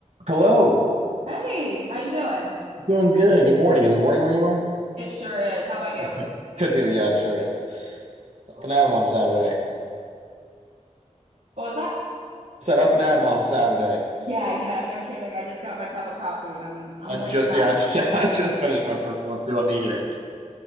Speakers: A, on the right; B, on the right.
A: Hello.
B: Hey, how you doing?
A: Doing good. Good morning. Is it morning where you are?
B: It sure is. How about you?
A: <laughs> Good deal. Yeah, it sure is. Up and at 'em on a Saturday.
B: Oh, was that?
A: Said up and at 'em on a Saturday.
B: Yeah, yeah, no kidding. I just got my cup of coffee and I'm I'm
A: I
B: waking
A: just
B: up.
A: yeah, I, <laughs> I just finished my first one too. I needed it.